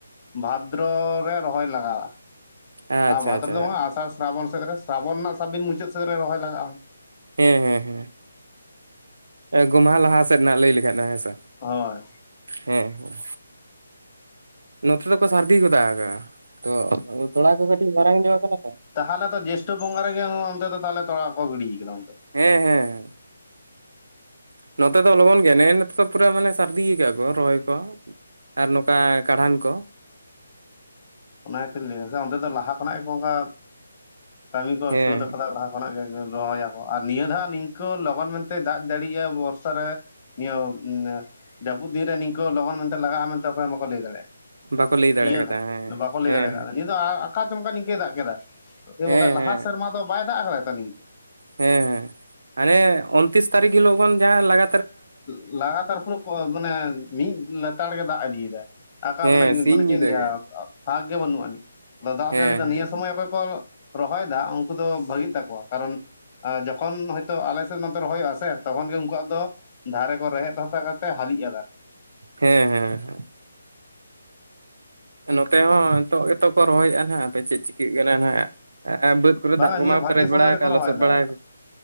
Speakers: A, on the left; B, on the right.
A: ᱵᱷᱟᱫᱨᱚ ᱨᱮ ᱨᱚᱦᱚᱭ ᱞᱟᱜᱟᱜᱼᱟ ᱾
B: ᱟᱪᱪᱷᱟ
A: ᱟᱨ ᱵᱷᱟᱫᱨᱚ
B: ᱟᱪᱪᱷᱟ
A: ᱫᱚ ᱵᱟᱝᱼᱟ ᱟᱥᱟᱲ ᱥᱨᱟᱵᱚᱱ ᱥᱮᱫ ᱨᱮ ᱥᱨᱟᱵᱚᱱ ᱨᱮᱱᱟᱜ ᱥᱟᱵᱵᱤᱱ ᱢᱩᱪᱟᱹᱫ ᱥᱮᱫ ᱨᱮ ᱨᱚᱦᱚᱭ ᱞᱟᱜᱟᱜᱼᱟ᱾
B: ᱦᱮᱸ ᱦᱮᱸ ᱦᱮᱸ ᱜᱚᱢᱦᱟ ᱞᱟᱦᱟ ᱥᱮᱫ ᱨᱮᱱᱟᱜ ᱞᱟᱹᱭ ᱞᱮᱠᱷᱟᱡ ᱫᱚ ᱦᱮᱸ ᱥᱮ
A: ᱚᱦᱚᱭ
B: ᱦᱮᱸ ᱦᱮᱸ ᱱᱚᱛᱮ ᱫᱚᱠᱚ ᱥᱟᱹᱨᱫᱤ ᱜᱚᱫ ᱟᱠᱟᱜᱼᱟ ᱛᱚ <inaudible> ᱛᱚᱲᱟ ᱠᱚ ᱠᱟᱹᱴᱤᱡ ᱜᱚᱨᱟᱝ ᱧᱚᱜ ᱟᱠᱟᱱᱟᱛᱚ
A: ᱛᱟᱦᱮᱞᱮ ᱛᱚ ᱡᱮᱥᱴᱟᱹ ᱵᱚᱸᱜᱟ ᱨᱮᱜᱮ ᱚᱱᱛᱮ ᱫᱚ ᱛᱟᱦᱚᱞᱮ ᱛᱚᱲᱟ ᱠᱚ ᱜᱤᱰᱤ ᱭᱟᱠᱟᱫᱟ ᱚᱱᱛᱮ
B: ᱦᱮᱸ ᱦᱮᱸ ᱱᱚᱛᱮ ᱫᱚ ᱞᱚᱜᱚᱱ ᱜᱮ ᱱᱮᱼᱱᱤᱛ ᱛᱚ ᱯᱩᱨᱟᱹ ᱢᱟᱱᱮ ᱥᱟᱹᱨᱫᱤ ᱭᱟᱠᱟ ᱟᱠᱚ ᱨᱚᱦᱚᱭ ᱠᱚ ᱟᱨ ᱱᱚᱝᱠᱟ ᱠᱟᱬᱦᱟᱱ ᱠᱚ
A: ᱚᱱᱟ ᱜᱮᱛᱚᱧ ᱞᱟᱹᱭ ᱫᱟ ᱥᱮ ᱚᱱᱛᱮ ᱫᱚ ᱞᱟᱦᱟ ᱠᱷᱚᱱᱟᱜ ᱜᱮᱠᱚ ᱚᱝᱠᱟ ᱠᱟᱹᱢᱤ ᱠᱚ
B: ᱦᱮᱸ
A: ᱥᱟᱹᱛ ᱟᱠᱟᱫᱟ ᱞᱟᱦᱟ ᱠᱷᱚᱱᱟᱜ ᱜᱮ ᱨᱚᱦᱚᱭᱟ ᱚ ᱟᱨ ᱱᱤᱭᱟᱹ ᱫᱷᱟ ᱱᱤᱝᱠᱟᱹ ᱞᱚᱜᱚᱱ ᱢᱮᱱᱛᱮ ᱫᱟᱜ ᱫᱟᱲᱤᱭᱟ ᱵᱚᱨᱥᱟ ᱨᱮ ᱱᱤᱭᱟᱹ ᱡᱟᱹᱯᱩᱫ ᱫᱤᱱᱨᱮ ᱱᱤᱝᱠᱟᱹ ᱞᱚᱜᱚᱱ ᱢᱮᱱᱛᱮ ᱞᱟᱜᱟᱜᱼᱟ ᱢᱮᱱᱛᱮ ᱚᱠᱚᱭ ᱵᱟᱠᱚ ᱞᱟᱹᱭ ᱫᱟᱲᱮᱭᱟᱜᱼᱟ᱾
B: ᱵᱟᱠᱚ ᱞᱟᱹᱭ ᱫᱟᱲᱮ
A: ᱱᱤᱭᱟᱹ
B: ᱭᱟᱠᱟᱫᱟ
A: ᱫᱷᱟᱣ
B: ᱦᱮᱸ
A: ᱵᱟᱠᱚ ᱞᱟᱹᱭ
B: ᱦᱮᱸ
A: ᱫᱟᱲᱮ ᱣᱟᱠᱫᱟ ᱱᱤᱭᱟᱹ ᱫᱚ ᱟᱠᱟ ᱪᱚᱢᱠᱟ ᱱᱤᱝᱠᱟᱹ ᱫᱟᱜ ᱟᱠᱟᱫᱟ
B: ᱦᱮᱸ
A: <inaudible> ᱵᱟᱠᱷᱟᱡ ᱞᱟᱦᱟ
B: ᱦᱮᱸ
A: ᱥᱮᱨᱢᱟ ᱫᱚ ᱵᱟᱭ ᱫᱟᱜ ᱟᱠᱟᱫ ᱛᱚᱭ ᱱᱤᱝᱠᱟᱹ
B: ᱦᱮᱸ ᱦᱮᱸ ᱦᱟᱱᱮ ᱩᱱᱛᱨᱤᱥ ᱛᱟᱨᱤᱠᱷ ᱦᱤᱞᱳ ᱠᱷᱚᱱ ᱡᱟᱦᱟᱸ ᱞᱟᱜ
A: ᱞᱟᱜᱟᱛᱟᱨ ᱯᱩᱨᱟᱹ ᱢᱟᱱᱮ ᱢᱤᱫ ᱞᱮᱛᱟᱲ ᱜᱮ ᱫᱟᱜ ᱤᱫᱤᱭᱮᱫᱟ ᱟᱠᱟ
B: ᱦᱮᱸ
A: ᱜᱮ
B: ᱥᱤᱧ
A: ᱢᱟᱱᱮ
B: ᱧᱤᱫᱟᱹ
A: ᱪᱤᱫ ᱤᱧᱞᱟᱹᱭᱟ
B: ᱜᱮ
A: ᱵᱷᱟᱜ ᱜᱮ ᱵᱟᱹᱱᱩᱜ ᱟᱱᱤᱡ ᱫᱟᱜ
B: ᱦᱮᱸ
A: ᱡᱟᱲᱤ ᱫᱚ
B: ᱦᱮᱸ
A: ᱱᱤᱭᱟᱹ ᱥᱚᱢᱚᱭ ᱚᱠᱚᱭ ᱠᱚ ᱨᱚᱦᱚᱭ ᱫᱟ ᱩᱱᱠᱩ ᱫᱚ ᱵᱷᱟᱹᱜᱤᱜ ᱛᱟᱠᱚᱣᱟ ᱠᱟᱨᱚᱱ ᱟ ᱡᱚᱠᱷᱚᱱ ᱦᱳᱭᱛᱚ ᱟᱞᱮᱜ ᱱᱚᱛᱮ ᱨᱚᱦᱚᱭᱚᱜᱼᱟ᱾ ᱥᱮ ᱛᱚᱠᱷᱚᱱ ᱜᱮ ᱩᱱ ᱩᱱᱠᱩᱣᱟᱜ ᱫᱚ ᱫᱷᱟᱨᱮ ᱠᱚ ᱨᱮᱦᱮᱫ ᱛᱚᱛᱛᱟ ᱠᱟᱛᱮ ᱦᱟᱹᱞᱤᱜᱼᱟ ᱾ ᱫᱟᱨᱮ
B: ᱦᱮᱸ ᱦᱮᱸ ᱦᱮᱸ ᱱᱚᱛᱮ ᱦᱚᱸ ᱱᱤᱛᱚᱜ ᱜᱮᱛᱚ ᱠᱚ ᱨᱚᱦᱚᱭᱮᱜᱼᱟᱱ ᱟᱜ ᱦᱟᱯᱮ ᱪᱮᱫ ᱪᱤᱠᱟᱹᱜ ᱠᱟᱱᱟ ᱱᱟᱱᱼᱟᱜ ᱵᱟᱹᱫᱽ ᱠᱚᱨᱮ
A: ᱵᱟᱝᱟ
B: ᱫᱟᱜ ᱠᱚᱢᱟ
A: ᱱᱤᱭᱟᱹ ᱵᱷᱟᱜᱮ
B: ᱯᱮᱨᱮᱡ
A: ᱥᱚᱢᱚᱭ
B: ᱵᱟᱲᱟ
A: ᱨᱮᱠᱚ
B: ᱟᱠᱟᱱ
A: ᱨᱚᱦᱚᱭᱮᱫᱟ
B: ᱞᱚᱥᱚᱫ ᱵᱟᱲᱟ ᱦᱮᱸ